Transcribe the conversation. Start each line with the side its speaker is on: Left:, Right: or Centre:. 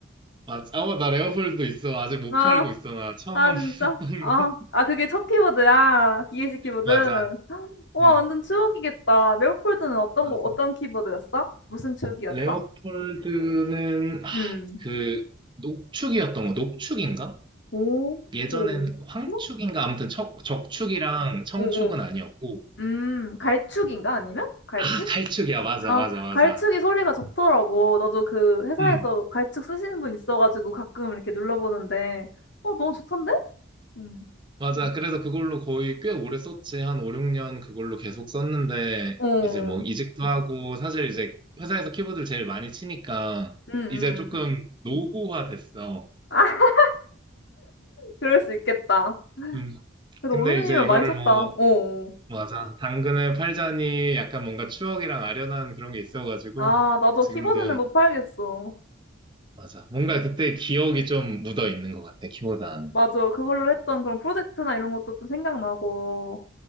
Right: 맞아. 어, 나 레오폴드도 있어. 아직 못
Left: 아,
Right: 팔고 있어. 나 처음
Left: 아, 진짜?
Right: <laughs> 샀던
Left: 아,
Right: 거.
Left: 아, 그게 첫 키보드야. 기계식 키보드.
Right: 맞아.
Left: 와,
Right: 응,
Left: 완전 추억이겠다. 레오폴드는 어떤
Right: 맞아.
Left: 거, 어떤 키보드였어? 무슨 축이었어?
Right: 레오폴드는, 아,
Left: 음.
Right: 그, 녹축이었던 거, 녹축인가?
Left: 오,
Right: 예전엔
Left: 오,
Right: 황축인가?
Left: 오,
Right: 아무튼 척, 적축이랑 청축은
Left: 오, 오.
Right: 아니었고.
Left: 음, 갈축인가? 아니면? 갈축?
Right: 아, 갈축이야. 맞아,
Left: 아,
Right: 맞아, 맞아.
Left: 갈축이 소리가 좋더라고. 나도 그 회사에서
Right: 응,
Left: 갈축 쓰시는 분 있어가지고 가끔 이렇게 눌러보는데, 어, 너무 좋던데? 음.
Right: 맞아. 그래서 그걸로 거의 꽤 오래 썼지. 한 5, 6년 그걸로 계속 썼는데,
Left: 어,
Right: 이제 뭐
Left: 음,
Right: 이직도 하고, 사실 이제 회사에서 키보드를 제일 많이 치니까,
Left: 음.
Right: 이제 조금 노후화 됐어.
Left: 아, <laughs> 그럴 수 있겠다.
Right: 음,
Left: 그래도
Right: 근데
Left: 오리누님은
Right: 이제 이거를
Left: 많이 썼다.
Right: 뭐,
Left: 어.
Right: 맞아. 당근을 팔자니 약간 뭔가 추억이랑 아련한 그런 게 있어가지고,
Left: 아, 나도
Right: 지금도,
Left: 키보드는 못 팔겠어.
Right: 맞아. 뭔가
Left: 음.
Right: 그때 기억이 좀 묻어 있는 것 같아, 키보드 안에.
Left: 맞아. 그걸로 했던 그런 프로젝트나 이런 것도 좀 생각나고,